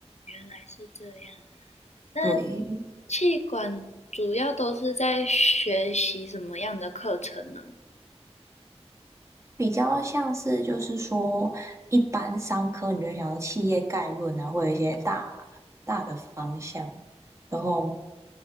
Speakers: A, on the left; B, on the right.
A: 还是这样。那
B: 对。
A: 气管主要都是在学习什么样的课程呢？
B: 比较像是就是说，一般商科你就会想到企业概论啊，或有一些大大的方向，然后